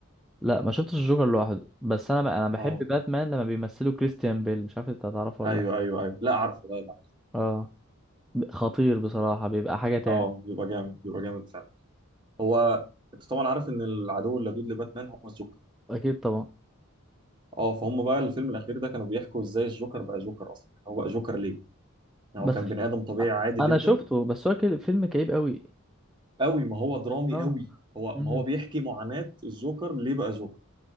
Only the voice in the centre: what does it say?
لا ما شفتش الجوكر لوحده بس انا بقى انا بحب
باتمان لما بيمثله كريستيان بيل مش عارف انت هتعرفه ولا
لا
اه ب- خطير بصراحه بيبقى حاجه تاني
اكيد طبعا
بس
انا
شفته بس هو كده فيلم كئيب قوي
اه
امم